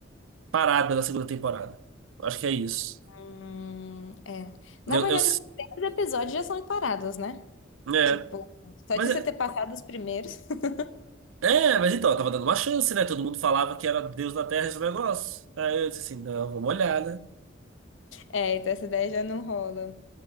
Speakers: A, on the right (about 85°); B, on the left (about 75°).
A: parada na segunda temporada. Acho que é isso.
B: Hum, é.
A: Eu,
B: Na verdade,
A: eu-
B: os primeiros episódios já são encarados, né?
A: É.
B: Tipo, só
A: Mas
B: de
A: é,
B: você ter passado os primeiros. <laughs>
A: é, mas então, eu tava dando uma chance, né? Todo mundo falava que era Deus da Terra esse negócio. Aí eu disse assim, não, vamos olhar, né?
B: É, então essa ideia já não rola.